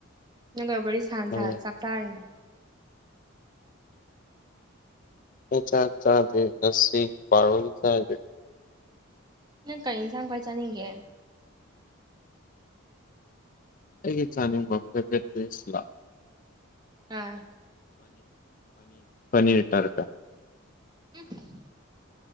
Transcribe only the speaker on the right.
ꯅꯪꯒ ꯋꯥꯔꯤꯔꯤ ꯁꯅ
ꯁꯅ ꯆꯥꯛꯇꯥꯥꯔꯤꯅꯦ
ꯅꯪ ꯀ ꯏꯟꯁꯥꯡ ꯈꯋꯥꯏ ꯆꯠꯅꯤꯡꯒꯦ
ꯑꯥ
ꯎꯝ